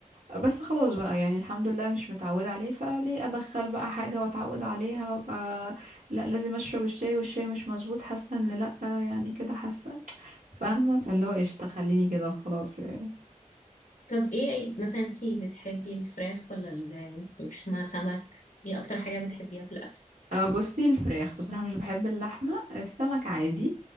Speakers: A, on the right (about 80°); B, on the left (about 70°).
A: بس خلاص بقى يعني الحمد لله مش متعودة عليه فليه أدخل بقى حاجة وأتعود عليها وأبقى لأ لازم أشرب الشاي والشاي مش مظبوط حاسة إن لأ يعني كده حاسة فاهمة فاللي هو قشطة خليني كده وخلاص يعني
B: طب ايه أي- مثلا انتي بتحبي الفراخ ولا ال- الفراخ مع سمك ايه اكتر حاجة بتحبيها في الاكل
A: أه بصي الفراخ بصراحة مش بحب اللحمة السمك عادي